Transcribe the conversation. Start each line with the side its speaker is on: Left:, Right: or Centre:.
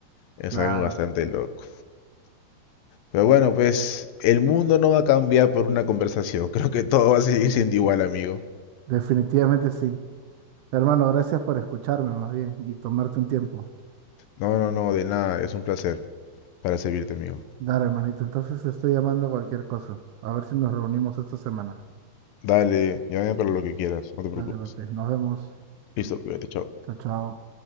Left: Es
Right: Claro,
Left: algo bastante loco. Pero bueno, pues el mundo no va a cambiar por una conversación. <laughs> Creo que todo va a seguir siendo igual, amigo.
Right: definitivamente sí. Hermano, gracias por escucharme más bien y tomarte un tiempo.
Left: No, no, no, de nada. Es un placer para servirte, amigo.
Right: Dale, hermanito. Entonces estoy llamando a cualquier cosa. A ver si nos reunimos esta semana.
Left: Dale, llámame para lo que quieras. No te preocupes.
Right: Dale, Pepe. Nos vemos.
Left: Listo, cuídate, chao.
Right: Chao, chao.